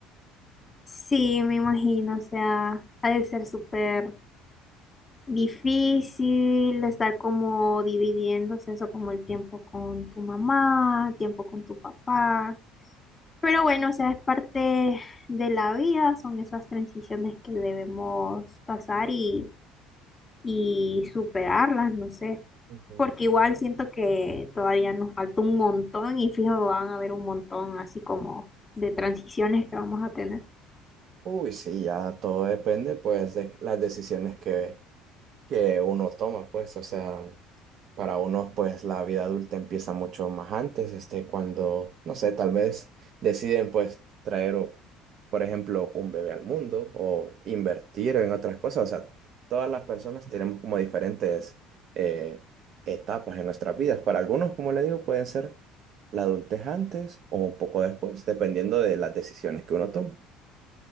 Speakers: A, on the left (about 20°); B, on the right (about 55°).
A: Sí, me imagino, o sea, ha de ser súper difícil estar como dividiéndose eso como el tiempo con tu mamá, tiempo con tu papá. Pero bueno, o sea, es parte de la vida, son esas transiciones que debemos pasar y y superarlas, no sé,
B: Ujú.
A: porque igual siento que todavía nos falta un montón y fijo, van a haber un montón así como de transiciones que vamos a tener.
B: Uy, sí, ya todo depende pues de las decisiones que, que uno toma, pues, o sea. Para unos, pues la vida adulta empieza mucho más antes, este, cuando, no sé, tal vez deciden, pues, traer, o- por ejemplo, un bebé al mundo o invertir en otras cosas. O sea, todas las personas tenemos como diferentes eh, etapas en nuestras vidas. Para algunos, como le digo, pueden ser la adultez antes o un poco después, dependiendo de las decisiones que uno tome.